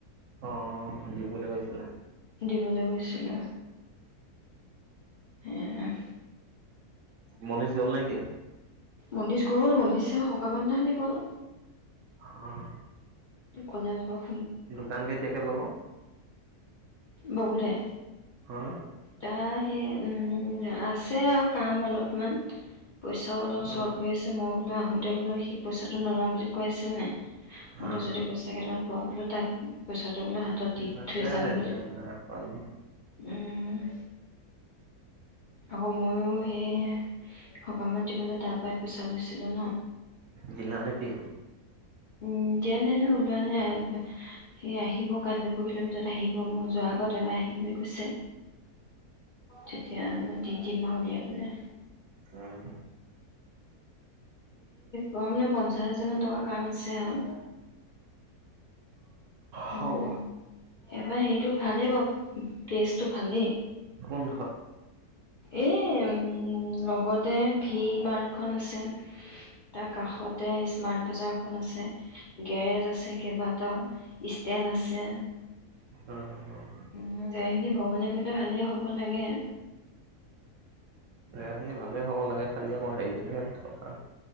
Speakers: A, on the right; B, on the left.
A: অ', দিবলৈ গৈছিলা।
B: দিবলৈ গৈছিলে। সে <unintelligible>
A: মনীষ গল নেকি?
B: মনীষ গ'ল, মনিষে সকামৰ দিনাখনেই গ'ল।
A: অ',
B: কলে যাব-
A: দোকান কেতিয়াকে ল'ব?
B: বহুতে।
A: অ',
B: তা- সেই হম্ আছে আৰু কাম অলপমান পইচাও অলপ চৰ্ট
A: অ',
B: পৰি আছে মই বোলো আহোতে বোলো সি পইচাটো নলওঁ বুলি কৈ আছে -নাই বলো
A: অ',
B: যদি পইচা কেইটামান পোৱা- বোলো তাক পইচাটো বোলো হাতত দি
A: তাকেহে
B: থৈ যাম
A: এতিয়া
B: বুলি।
A: নাই পালো।
B: উম- আকৌ ময়ো সেই সকামত দিবলৈ তাৰ পৰাই পইচা লৈছিলো ন!
A: জিলা নেকি?
B: উম- দিয়া নাই নহয় ওলোৱা নাই সেই আহিব কাইলৈ পৰহিলৰ ভিতৰত আহিব মই যোৱাৰ আগত এবাৰ আহিম বুলি কৈছে। তেতিয়া- দি দিম আৰু উলিয়াই পেলাই।
A: অ',
B: গম নেপাও পঞ্চাশ হাজাৰ মান টকা কাম আছে আৰু।
A: হ'ব
B: উম এবাৰ সেইটো ভালেই বাৰু- প্লেচটো ভালেই।
A: পোন্ধৰত
B: এই উম- লগতে ভি মাৰ্টখন আছে, তাৰ কাষতে স্মাৰ্ট বজাৰখন আছে, গেৰেজ আছে, কেইবাটাও ষ্টেণ্ড আছে। উম-
A: অ', অ',
B: ঠাইখিনি ভগবানে কৰিলে ভালেই হ'ব লাগে। ক
A: জেগাখিনি ভালেই হ'ব লাগে খালি আকৌ হেৰিটোহে থ-